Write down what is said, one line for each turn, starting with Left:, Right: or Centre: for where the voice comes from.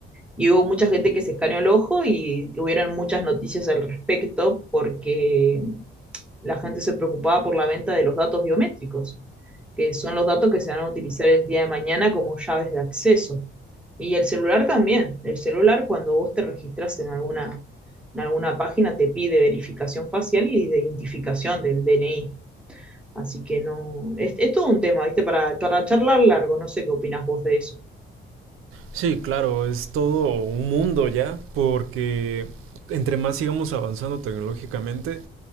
Centre: Y hubo mucha gente que se escaneó el ojo y hubieron muchas noticias al respecto porque la gente se preocupaba por la venta de los datos biométricos, que son los datos que se van a utilizar el día de mañana como llaves de acceso. Y el celular también. El celular, cuando vos te registras en alguna, en alguna página, te pide verificación facial y de identificación del DNI. Así que no, es, es todo un tema, ¿viste? Para, para charlar largo, no sé qué opinas vos de eso.
Right: Sí, claro, es todo un mundo ya, porque entre más sigamos avanzando tecnológicamente,